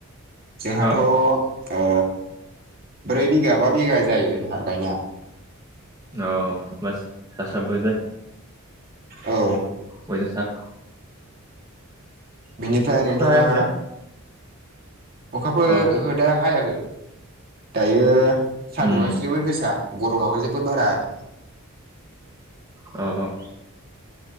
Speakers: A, on the right; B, on the right.
A: जोंहाथ'
B: अ
A: ओ ब्रै बिगा बा बिगा जायो जोंहा गायनाया
B: औ बास जासाबबो दे
A: औ।
B: अयथ साब
A: बेनिफ्राय नोंथाङा
B: हायाखैना
A: अखाफोर
B: अ
A: होदो हायाखै दायो सानदुंआसो
B: उम
A: जोबोर गोसा गरमाबो जोबोर बारा आरो।
B: औ औ